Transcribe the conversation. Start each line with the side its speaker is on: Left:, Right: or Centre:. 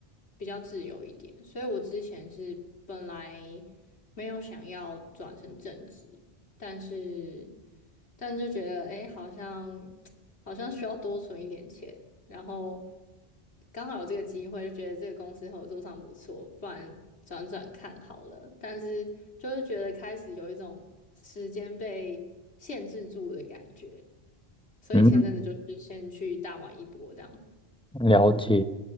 Left: 比较自由一点，所以我之前是本来没有想要转成正职，但是但是就觉得诶，好像 <tsk> 好像需要多存一点钱，然后刚好有这个机会，就觉得这个公司合作上不错，不然转转看好了。但是就是觉得开始有一种时间被限制住的感觉。所以前阵子就是先去大玩一波这样。
Centre: 嗯了解。